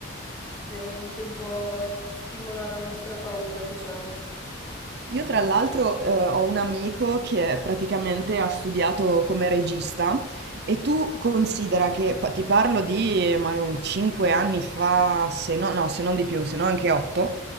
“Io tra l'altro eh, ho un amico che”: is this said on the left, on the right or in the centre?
Right